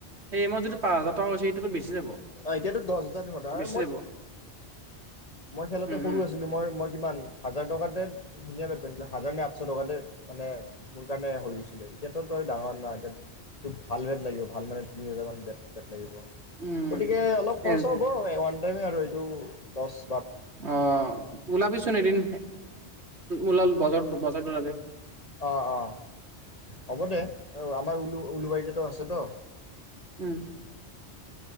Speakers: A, on the right; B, on the left.
A: সেই সময়ত যদি পাঁচ হাজাৰ টকা হৈছে এতিয়াতো বেছি যাব,
B: অ এতিয়াতো দহ হাজাৰ ধৰ
A: বেছি যাব।
B: মই খেলোতে
A: উম
B: সৰু
A: উম
B: আছিলো মই-মই কিমান? হাজাৰ টকাতে ধুনীয়া বেট পাইছিলো হাজাৰ নে আঠশ টকাতে মানে মোৰ কাৰণে হৈ গৈছিলে এতিয়াতো তই ডাঙৰ না এতিয়া তোক ভাল বেট লাগিব ভাল মানে তিনি হাজাৰ মান বেট, বেট লাগিব।
A: উম
B: গতিকে অলপ খৰচা
A: এ
B: হ'ব <unintelligible> <unintelligible> আৰু এইটো দচ
A: অ', ওলাবিচোন এদিন। <unintelligible>
B: অ', অ', হ'ব দে আমাৰ উলু উলুবাৰী টো আছে টো
A: উম